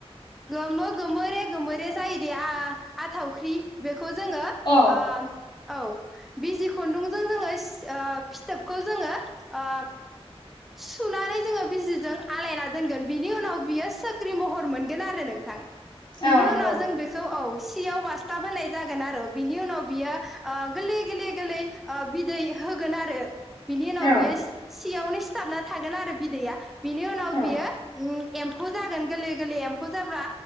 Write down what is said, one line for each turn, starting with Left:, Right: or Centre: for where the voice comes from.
Centre: गोमो गोमोरे गोमोरे जायो दे आ आथावख्रि बेखौ जोङो
Left: औ
Centre: ओ औ बिजि खुन्दुंजों जोङो सि ओ फिथोबखौ जोङो ओ सुनानै जोङो बिजिजों आलायना दोनगोन बिनि उनाव बियो सोख्रि महर मोनगोन आरो नोंथां बिनि
Left: औ नंगौ
Centre: उनाव जों बेखौ औ सियाव बास्थाब होनाय जागोन आरो बिनि उनाव बियो गोरलै गोरलै गोरलै बिदै होगोन आरो बिनि उनाव
Left: औ
Centre: बियो सियावनो सिथाबना थागोन आरो बिदैया बिनि उनाव
Left: औ
Centre: बियो ओ एम्फौ जागोन गोरलै गोरलै एम्फौ जाब्ला